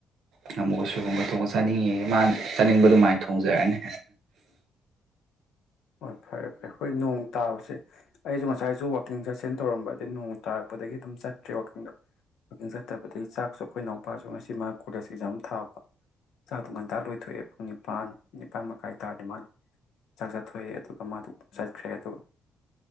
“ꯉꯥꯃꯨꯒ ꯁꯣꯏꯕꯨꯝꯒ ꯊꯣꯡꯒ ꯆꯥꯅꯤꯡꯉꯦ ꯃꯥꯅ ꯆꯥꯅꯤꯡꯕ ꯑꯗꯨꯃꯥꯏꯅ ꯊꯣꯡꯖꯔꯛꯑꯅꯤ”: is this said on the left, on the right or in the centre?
Right